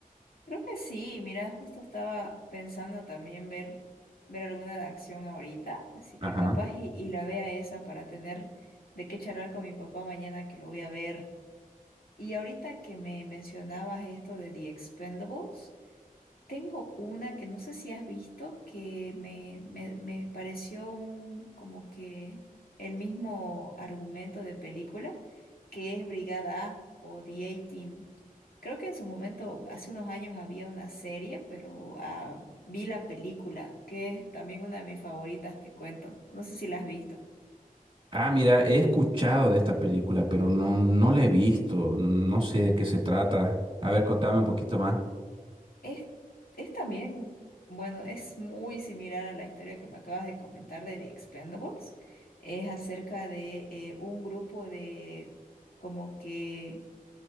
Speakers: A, on the left; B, on the right.
A: Creo que sí. Mira, justo estaba pensando también ver, ver alguna de acción ahorita. Así que
B: Ajá.
A: capaz y, y la vea esa para tener de qué charlar con mi papá mañana que lo voy a ver. Y ahorita que me mencionabas esto de The Expendables. Tengo una que no sé si has visto, que me, me, me pareció un, como que el mismo argumento de película, que es Brigada A o The A-Team. Creo que en su momento, hace unos años, había una serie, pero ah, vi la película, que es también una de mis favoritas, te cuento. No sé si la has visto.
B: Ah, mira, he escuchado de esta película, pero no, no la he visto. No, no sé de qué se trata. A ver, contame un poquito más.
A: Es, es también, bueno, es muy similar a la historia que me acabas de comentar de The Expendables. Es acerca de eh, un grupo de como que